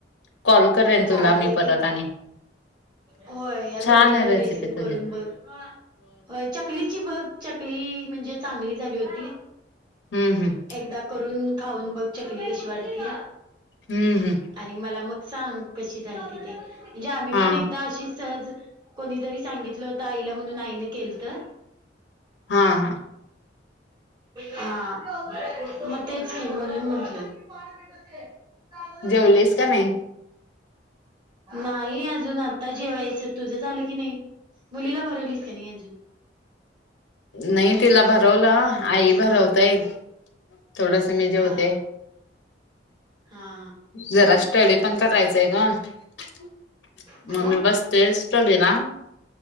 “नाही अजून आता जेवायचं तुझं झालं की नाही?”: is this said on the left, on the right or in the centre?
Right